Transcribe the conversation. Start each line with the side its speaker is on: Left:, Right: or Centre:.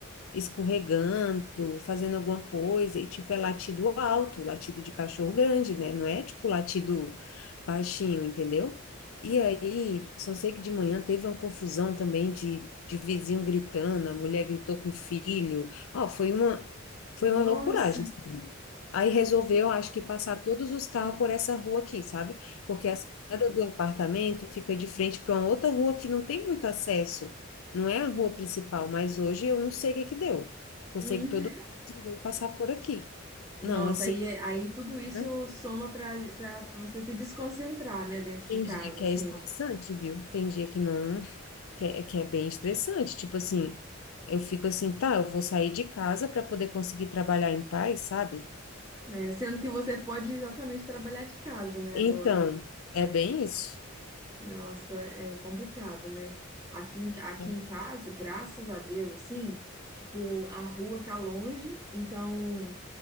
Left: escorregando, fazendo alguma coisa, e tipo, é latido alto, latido de cachorro grande, né? Não é tipo latido baixinho, entendeu? E aí, só sei que de manhã teve uma confusão também de, de vizinho gritando, a mulher gritou com o filho. Ó, foi uma, foi
Right: Nossa.
Left: uma loucuragem, assim. Aí resolveu, acho que, passar todos os carros por essa rua aqui, sabe? Porque as Cada do apartamento fica de frente para uma outra rua que não tem muito acesso. Não é a rua principal, mas hoje eu não sei o que que deu. Só
Right: Hum.
Left: sei que todo mundo resolveu passar por aqui.
Right: Nossa,
Left: Não, assim,
Right: aí, é- aí tudo isso
Left: né?
Right: soma pra, pra você se desconcentrar, né, dentro de
Left: Tem
Right: casa,
Left: dia que
Right: assim.
Left: é estressante, viu? Tem dia que não, que é, que é bem estressante. Tipo assim, eu fico assim, tá, eu vou sair de casa para poder conseguir trabalhar em paz, sabe?
Right: É, sendo que você pode exatamente trabalhar de casa, né,
Left: Então,
Right: agora.
Left: é bem isso.
Right: Nossa, é complicado, né? Aqui, em- aqui
Left: É.
Right: em casa, graças a Deus, assim, tipo, a rua tá longe, então.